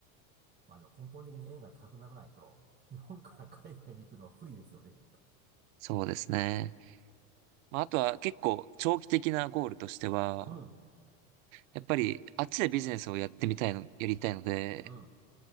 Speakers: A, on the right; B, on the right.
A: まあでも根本的に円が高くならないと、日本から海外に行くのは不利ですよね。
B: そうですね。まああとは結構長期的なゴールとしては、
A: いやーうん、
B: やっぱりあっちでビジネスをやってみたいの、やりたいので、
A: うん。